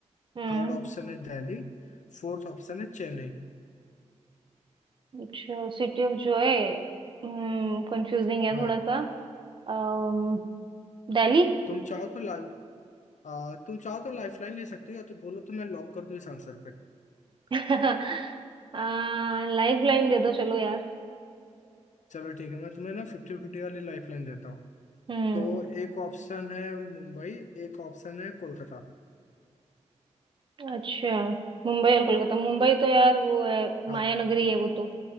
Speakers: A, on the right; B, on the left.
A: हम्म
B: थर्ड ऑप्शन है दिल्ली फोर्थ ऑप्शन है चेन्नई
A: अच्छा सिटी ऑफ जॉय हम्म कंफ्यूजिंग है
B: हाँ
A: थोड़ा सा अम्म दिल्ली
B: तुम चाहो तो ला आ, तुम चाहो तो लाइफलाइन ले सकती हो या तो बोलो तो मैं लॉक कर दूं इस आंसर पे
A: <laughs> आ, लाइफ लाइन दे दो चलो यार
B: चलो ठीक है मैं तुम्हें ना फिफ्टी फिफ्टी वाली लाइफलाइन देता हूँ
A: हम्म
B: तो एक ऑप्शन है मुंबई एक ऑप्शन है कोलकाता
A: अच्छा मुंबई और कोलकाता मुंबई तो यार वो है
B: हाँ
A: माया नगरी है वो तो